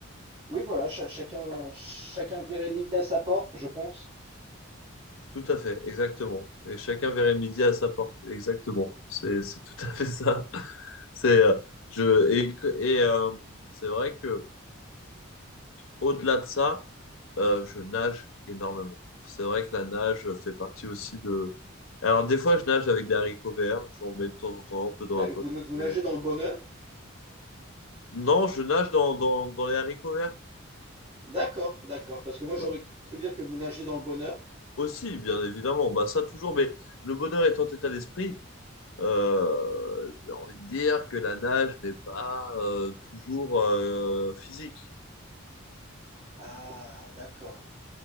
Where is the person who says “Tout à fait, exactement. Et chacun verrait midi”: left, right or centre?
Left